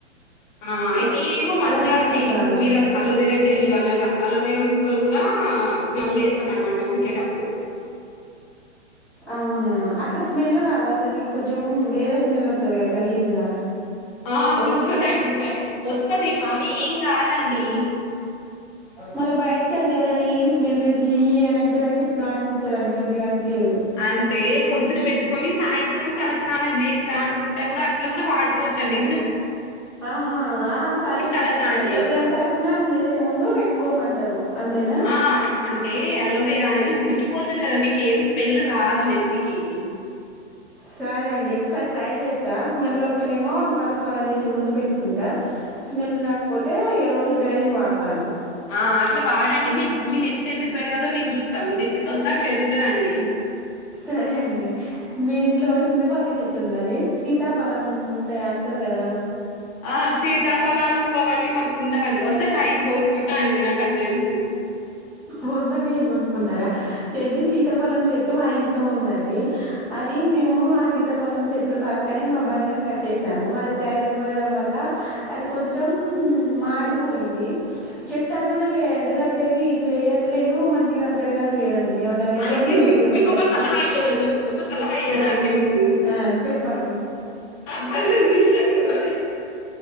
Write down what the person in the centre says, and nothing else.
అలా పెట్టుకుంటాను
అవునా అట్లా స్మెల్ రాద అది కొంచెం వేరే స్మెల్ వస్తుది క గలీజ్గా
మళ్ళీ బయటకిళ్తే ఎవరని స్మెల్చ్చి అంటే నాకు ఎట్ అనిపిస్తుందిండి మంచిగా అనిపించేది
ఆహా ఆ సరే సరే
ఎప్పుడైనా తలస్నానం చేసే ముందు పెట్టుకోమంటారు అంతేనా
సరే అండి ఒకసారి ట్రై చేస్తా స్మెల్ వస్తనేమో తలస్నానం చేసే ముందు పెట్టుకుంటా స్మెల్ రాకపోతే ఏ రోజు డైలీ వాడతాను
సరే అండి మీ ఇంట్లో చింతపలక చెట్టు ఉందండి సీతాఫలం ఉంటే అంత అంటారు కదా
వద్దకైది కొంకుంటారా చెది సీతాపలం చెట్టు మా ఇంట్లో ఉందండి అది మేము ఆ సీతాఫలం చెట్లు పక్కనే మా బర్రని కట్టేసాము అది టాయిలెట్ పోయడం వల్ల వ అది కొంచెం మాడిపోయింది చెట్టు అసలు ఎ దు ఇదిరేయట్లేదు మంచిగా పెరగట్లేదుండి ఏమన్నా రెమెడీ
ఉంటే
చెప్తారా
ఆ
ఆ చెప్పండి